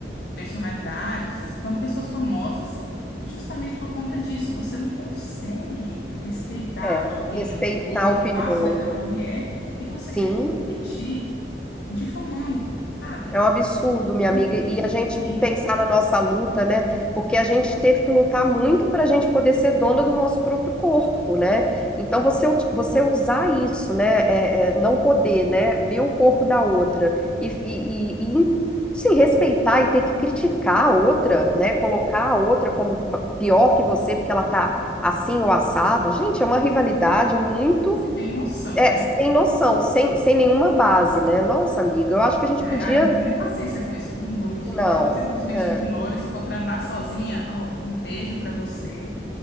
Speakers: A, on the left; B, in the centre.
A: personalidades, as fam- pessoas famosas, justamente por conta disso. Você não consegue respeitar
B: é,
A: a opinião
B: respeitar
A: do outro,
B: a opinião
A: o espaço
B: do
A: daquela
B: outro. é.
A: mulher, e você
B: Sim,
A: quer competir difamando, sabe?
B: É um absurdo, minha
A: Sendo
B: amiga,
A: que
B: e a gente
A: é terrível.
B: pensar na nossa luta, né? Porque a gente teve que lutar muito para a gente poder ser dona do nosso próprio corpo, né? Então você, ut- você usar isso, né? É, é, não poder, né? Ver o corpo da outra e, e, e- e se respeitar e ter que criticar a outra, né? Colocar a outra como ma- pior que você porque ela tá assim ou assado. Gente, é uma rivalidade muito
A: Tem noção,
B: é,
A: né?
B: sem noção, sem, sem nenhuma base, né? Nossa, amiga, eu acho que a gente
A: É,
B: podia
A: ah, eu não tenho nem paciência com isso, viu? Não vou mentir.
B: não.
A: Eu simplesmente
B: É.
A: ignoro. E se for pra andar sozinha, ó, um beijo pra você.